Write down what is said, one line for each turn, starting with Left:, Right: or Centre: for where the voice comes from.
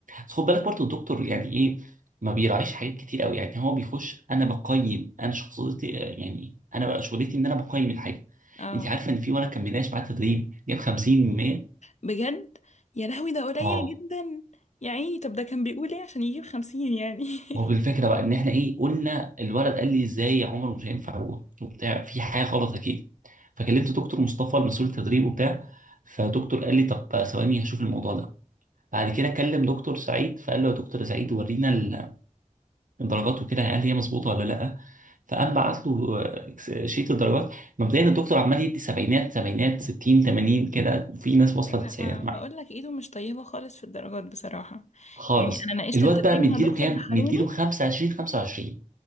Right: بس خد بالك برضه الدكتور يعني ايه ما بيراعيش حاجات كتير قوي يعني هو بيخش انا بقيم انا شخصيتي يعني انا بقى شغلتي ان انا بقيم الحاجه
Left: اه
Right: انت عارفه ان في ولد كان بيناقش معاه تدريب جاب 50 من 100
Left: بجد يا لهوي ده قليل
Right: اه
Left: جدا يا عيني طب ده كان بيقول ايه عشان يجيب خمسين يعني
Right: ما هو بالفكره
Left: <laughs>
Right: بقى ان احنا ايه قلنا الولد قال لي ازاي يا عمر مش هينفع و- وبتاع في حاجه غلط اكيد فكلمت دكتور مصطفى المسؤول التدريب وبتاع فدكتور قال لي طب ثواني هشوف الموضوع ده بعد كده كلم دكتور سعيد فقال له يا دكتور سعيد ورينا ال- الدرجات وكده هل هي مظبوطه ولا لا فقام بعت له آه، شيت الدرجات مبدئيا الدكتور عمال يدي سبعينات سبعينات 60 80 كده وفي ناس واصله
Left: لا
Right: للتسعينات
Left: ما بقول
Right: معاه
Left: لك ايده مش طيبة خالص في الدرجات بصراحة
Right: خالص
Left: يعني انا ناقشت
Right: الواد
Left: التدريب
Right: بقى مديله
Left: مع دكتور
Right: كام؟
Left: الحروني
Right: مديله 25 25